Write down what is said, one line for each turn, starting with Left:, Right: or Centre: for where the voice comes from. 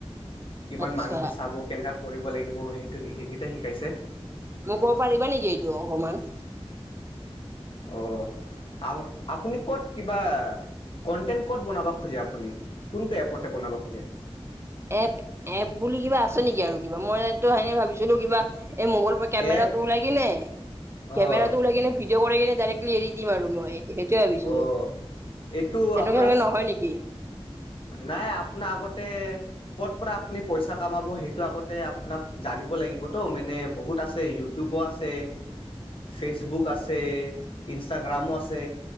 Left: কিমান
Right: আচ্ছা
Left: মানুহে চাব কেনেকা কৰিব লাগিব সেইটো সেইকেইটাই শিকাইছে।
Right: মোক ক'ব পাৰিবা নেকি এইটো অকমান।
Left: অ', আৰু আপুনি ক'ত কিবা কণ্টেণ্ট ক'ত বনাব খোজে আপুনি কোনটো এপতে বনাব খোজে
Right: এপ এপ বুলি কিবা আছে নেকি আৰু কিবা মইো সেনে ভাবিছিলো কিবা এই মোগল কেমেৰাটো
Left: এপ
Right: ওলাই কিনে কেমেৰাটো
Left: অ'।
Right: ওলাই কিনে ভিডিঅ' কৰি কিনে ডাইৰেক্টলি এৰি দিম আৰু মই সেইটোৱে ভাবিছিলো
Left: অ', এইটো
Right: তেনেকুৱা
Left: আপোনাক
Right: নহয় নেকি।
Left: নাই আপোনাৰ আগতেই ক'ত পৰা আপুনি পইচা কামাব সেইটো আগতে আপোনাক জানিব লাগিবত মানে বহুত আছে ইউটিউবো আছে ফেচবুক আছে ইনষ্টাগ্ৰামো আছে